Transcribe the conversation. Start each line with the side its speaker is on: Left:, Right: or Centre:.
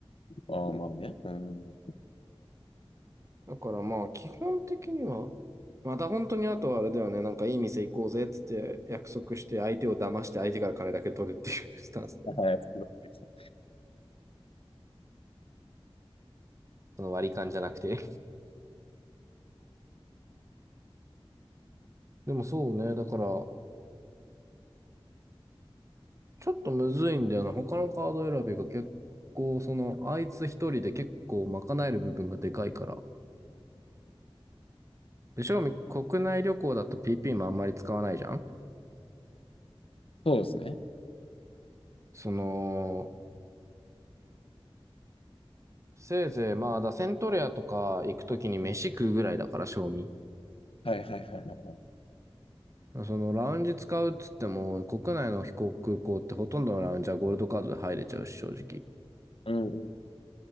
Left: ああ、まあね。うん。
Right: だからまあ、基本的には、また本当にあとはあれだよね、なんかいい店行こうぜっつって約束して相手を騙して相手から金だけ取るっていうスタンスで。
Left: はい、
Right: その割り勘じゃなくて。でもそうね、だから、ちょっとむずいんだよな。他のカード選びが結構、その、あいつ一人で結構賄える部分がでかいから。で、正味国内旅行だと PP もあんまり使わないじゃん
Left: そうですね。
Right: その、せいぜいまあ、だセントレアとか行くときに飯食うぐらいだから、正味。
Left: はいはいはいはい。
Right: そのラウンジ使うっつっても、国内の飛行空港ってほとんどのラウンジはゴールドカードで入れちゃうし、正直。っ
Left: うんうん。